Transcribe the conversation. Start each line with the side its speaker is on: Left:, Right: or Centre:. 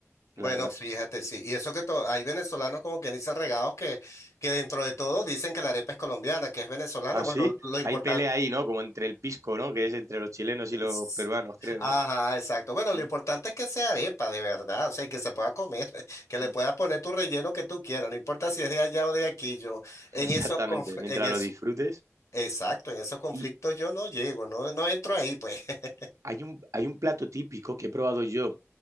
Left: Bueno,
Right: la verdad.
Left: fíjate, sí. Y eso que to- hay venezolanos como que dicen regados que, que dentro de todo dicen que la arepa es colombiana, que es venezolana.
Right: Ah,
Left: Bueno,
Right: sí,
Left: lo importante
Right: hay pelea ahí, ¿no? Como entre el pisco, ¿no? Que es entre los chilenos y los
Left: es...
Right: peruanos, creo,
Left: Ajá,
Right: ¿no?
Left: exacto. Bueno,
Right: Mm,
Left: lo importante es que sea arepa de verdad, o sea, y que se pueda comer, <laughs> que le
Right: mm.
Left: puedas poner tu relleno que tú quieras, no importa si es de allá o de aquí, yo
Right: <laughs>
Left: en
Right: Exactamente,
Left: esos conf-
Right: mientras
Left: en eso,
Right: lo disfrutes.
Left: exacto, en esos conflictos
Right: Y
Left: yo no llego, no, no entro ahí, pues. <laughs>
Right: hay un, hay un plato típico que he probado yo,